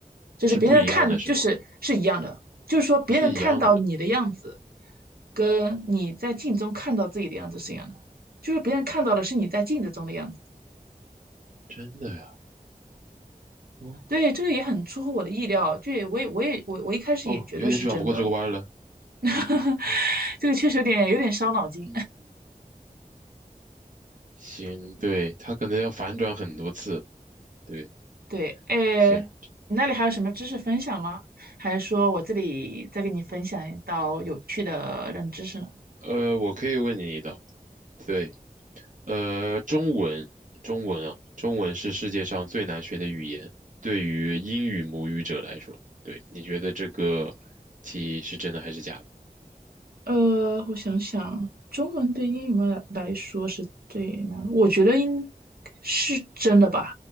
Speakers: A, on the right; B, on the right.
A: 就是别人看就是是一样的，
B: 是不一样的，是吗？
A: 就是说别人看到你的样子，
B: 是一样的，
A: 跟你在镜中看到自己的样子是一样的，就是别人看到的是你在镜子中的样子。
B: 真的呀？哦
A: 对，这个也很出乎我的意料，就也我也我也我我一开始也觉得是真的，
B: 哦，有点转不过这个弯儿了。
A: <laughs> 这个确实有点有点伤脑筋。
B: 嗯，行，对，他可能要反转很多次。对，
A: 对，诶，
B: 行，
A: 你那里还有什么知识分享吗？还是说我这里再给你分享一道有趣的冷知识呢？
B: 呃，我可以问你一道，对。呃，中文，中文啊，中文是世界上最难学的语言，对于英语母语者来说，对，你觉得这个题是真的还是假的？
A: 呃，我想想，中文对英语们来说是最难的我觉得应是真的吧，